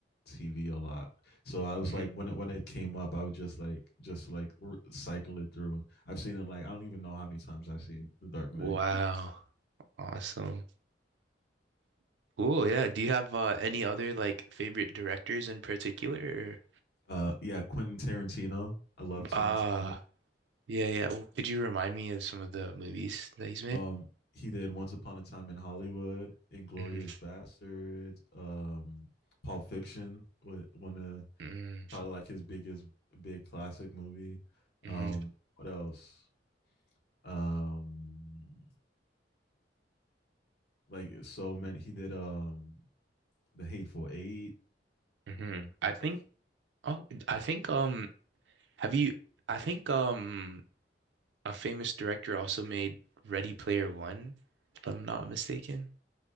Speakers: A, on the left (about 65°); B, on the right (about 75°).
A: TV a lot. So I was
B: hmm
A: like, when it when it came up, I would just like just like r- cycle it through. I've seen it like I don't even know how many times I've seen The Dark Knight.
B: wow awesome Cool, yeah. Do you have uh, any other like favorite directors in particular? or-
A: Uh, yeah, Quentin Tarantino. I love Tarantino.
B: Ah, yeah, yeah. W- Could you remind me of some of the movies that he's made?
A: Um, he did Once Upon a Time in Hollywood, Inglorious
B: hmm
A: Bastard, um, Pulp Fiction, wa- one of
B: hmm
A: probably like his biggest big classic movie.
B: hmm
A: Um, what else? Um, like so many. He did um The Hateful Eight.
B: hmm I think
A: Like
B: oh, I think um have you I think um a famous director also made Ready Player One, if I'm not mistaken.